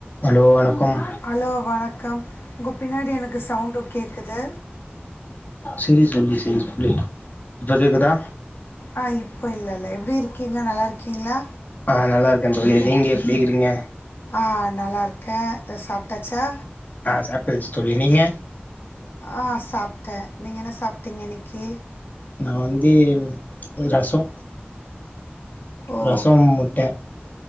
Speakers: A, on the left; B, on the left.
A: Hello வணக்கம்
B: hello வணக்கம் உங்க பின்னாடி எனக்கு சவுண்டு கேக்குது
A: செரி தோழி செரி தோழி இப்ப கேக்குதா
B: ஆ இப்போ இல்லல்ல எப்புடி இருக்கீங்க நல்லா இருக்கீங்ளா
A: ஆ நல்லா இருக்கே தோழி நீங்க எப்டி இருக்கீங்க
B: ஆ நல்லா இருக்கே சாப்ட்டாச்சா
A: ஆ சாப்டாச்சு தோழி நீங்க
B: ஆ சாப்ட்டே நீங்க என்ன சாப்ட்டீங்க இன்னக்கி
A: நா வந்து ரசோ
B: ஓ
A: ரசோ முட்ட